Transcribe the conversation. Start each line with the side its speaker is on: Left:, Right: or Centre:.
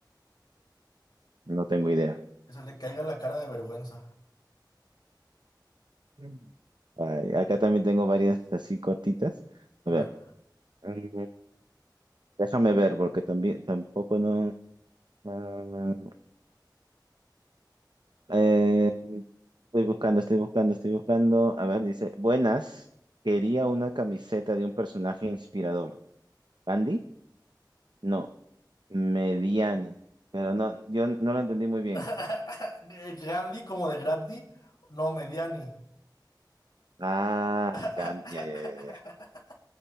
Right: no tengo idea.
Left: Que se le caiga la cara de vergüenza.
Right: Mm. Ay, acá también tengo varias así cortitas.
Left: A
Right: A ver,
Left: ver.
Right: mm, déjame ver porque también tampoco no. ah, eh, estoy buscando, estoy buscando, estoy buscando. A ver, dice, buenas. Quería una camiseta de un personaje inspirador. ¿Andy? No, Mediani. Pero no, yo no lo entendí muy bien.
Left: <laughs> Gandhi como de Gandhi, no, Mediani.
Right: Ah,
Left: <laughs>
Right: ya, ya, ya, ya. ya.